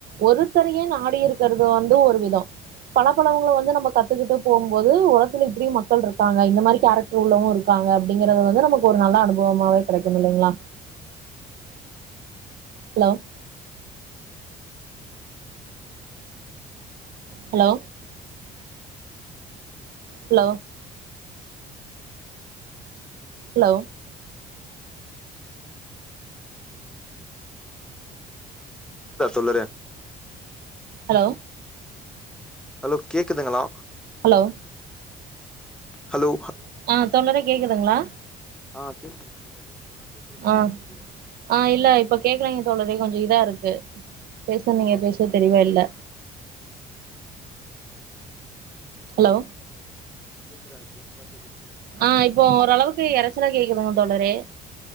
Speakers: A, on the right (about 65°); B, in the centre.
A: ஒருத்தரையே நாடி இருக்கறது வந்து ஒரு விதோ. பலப்பலவங்கள வந்து நம்ம கத்துக்கிட்டு போம்போது உலகத்துல் இப்டியு மக்கள் இருக்காங்க இந்த மாரி கேரக் ட்ருள்ளவு இருக்காங்க அப்டிங்கிறது வந்து நமக்கு ஒரு நல்ல அனுபவமாவே கெடைக்குமில்லைங்களா ஹலோ ஹலோ ஹலோ ஹலோ
B: ந்தா சொல்லுறேன்
A: ஹலோ
B: ஹலோ கேக்குதுங்களா
A: ஹலோ
B: ஹலோ
A: ஆஹ் தோழரே கேக்குதுங்ளா
B: ஆஹ் கேக்குது தோழரே நா பேசுறது
A: ஆஹ்
B: கேக்குதா தெளிவா
A: ஆஹ் இல்ல இப்ப கேக்கலைங்க தோழரே கொஞ்ச இதா இருக்கு பேச நீங்க பேச தெளிவா இல்ல ஹலோ
B: கேக்குதா இப்போ நல்லாக்
A: ஆஹ் இப்போ ஓரளவுக்கு எறச்சலா கேக்குதுங்க தோழரே